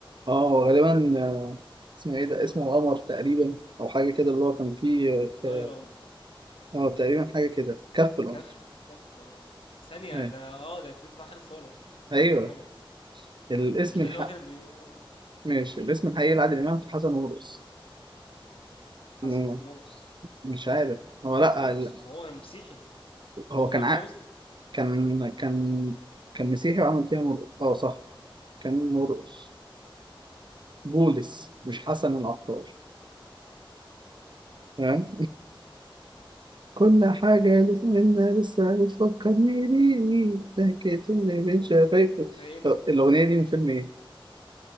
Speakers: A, on the right (about 55°); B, on the left (about 80°).
A: آه غالبا آه اسمه إيه ده اسمه قمر تقريبا أو حاجة كده اللي هو كان فيه
B: ضايع
A: آه
B: القمر
A: آه، تقريبا حاجة كده كف القمر
B: كف كف آه. ثانية
A: أيوه
B: ده اه ده فيلم بتاع خالد صالح
A: أيوه
B: الفيلم ده كان حلو
A: الاسم
B: مش ده
A: الحق
B: اللي هو كان بي... آه،
A: ماشي الاسم الحقيقي لعادل إمام في حسن ومرقص
B: حسن
A: مم،
B: مرقص
A: مش عارف هو لأ
B: مرقص
A: ال-
B: ما هو مسيحي
A: هو
B: هو
A: كان
B: كان
A: عا...
B: فيها مسلم
A: كان كان كان مسيحي وعمل فيها مرقص آه صح كان مرقص بولس مش حسن العطار فاهم كل حاجة لسنا لسه بتفكرني بيه ضحكت اللي
B: مين اللي-
A: بين
B: ده
A: شفايفه
B: اللي- ده ايه ده؟
A: طب الأغنية دي من فيلم إيه؟